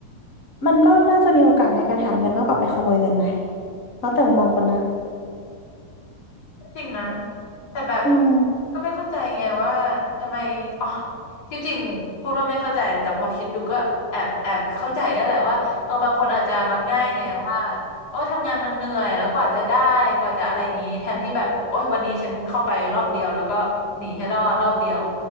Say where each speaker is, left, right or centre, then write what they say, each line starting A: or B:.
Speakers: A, on the left; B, on the left.
A: มันก็น่าจะมีโอกาสในการหาเงินมากกว่าไปขโมยเงินไหมแล้วแต่มุมมองคนนะ
B: จริงนะแต่แบบ
A: อืม
B: ก็ไม่เข้าใจไงว่าทำไมอ๋อที่จริงพูดว่าไม่เข้าใจแต่พอคิดดูก็แอบแอบเข้าใจแล้วแหละว่าเออบางคนอาจจะมักง่ายไงว่าโอ้ยทำงานมันเหนื่อยแล้วกว่าจะได้กว่าจะอะไรอย่างงี้แทนที่แบบโอ้ยวันนี้ฉันเข้าไปรอบเดียวแล้วก็หนีให้รอดรอบเดียว